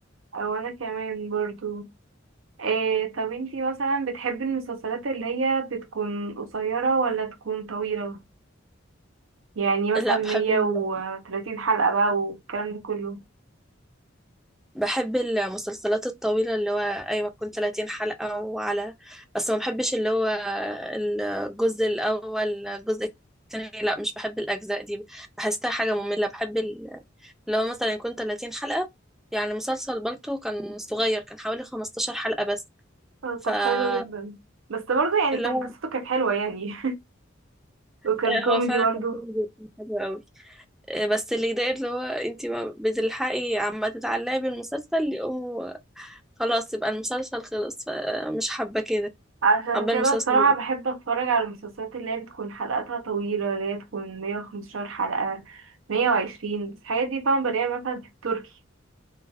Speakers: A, on the right; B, in the centre.
A: او انا كمان برضو إيه طب انتي مثلا بتحبي المسلسلات اللي هي بتكون قصيرة ولا تكون طويلة يعني مثلا
B: لا
A: مية
B: بحب ال...
A: وتلاتين حلقة بقى والكلام ده كله
B: بحب المسلسلات الطويلة اللي هو ايوه تكون 30 حلقة وعلى بس ما بحبش اللي هو الجزء الاول الجزء الثاني لا مش بحب الاجزاء دي بحسها حاجة مملة بحب ال- اللي هو مثلا يكون 30 حلقة يعني مسلسل بالتو كان صغير كان حوالي 15 حلقة بس
A: آه،
B: فاللي
A: طب حلو جدا بس برضه يعني كان
B: هو
A: قصته كانت حلوة يعني <laughs> وكان
B: آه،
A: كوميدي
B: هو فعلا
A: برضه
B: كان كوميدي كان حلو قوي آه، بس اللي يضايق اللي هو انتي ما بتلحقي عما تتعلقي بالمسلسل يقوم خلاص يبقى المسلسل خلص فمش حابة كده
A: عشان
B: حابة
A: كده
B: المسلسل
A: بصراحة بحب اتفرج على المسلسلات اللي هي بتكون حلقاتها طويلة اللي هي تكون مية وخمستاشر حلقة مية وعشرين بس الحاجات دي طبعا بلاقيها مثلا في التركي